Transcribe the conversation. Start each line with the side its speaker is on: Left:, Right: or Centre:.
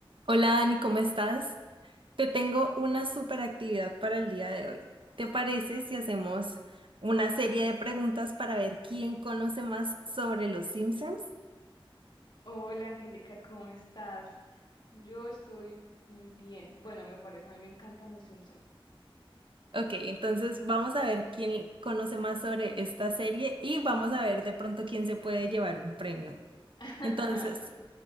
Right: Hola Dani, ¿cómo estás? Te tengo una super actividad para el día de hoy. ¿Te parece si hacemos una serie de preguntas para ver quién conoce más sobre los Simpsons?
Left: Hola Angélica, ¿cómo estás? Yo estoy muy bien. Bueno, me parece, a mí me encantan los Simpson.
Right: Ok, entonces vamos a ver quién conoce más sobre esta serie y vamos a ver de pronto quién se puede llevar un premio.
Left: <laughs>
Right: Entonces,
Left: Bueno.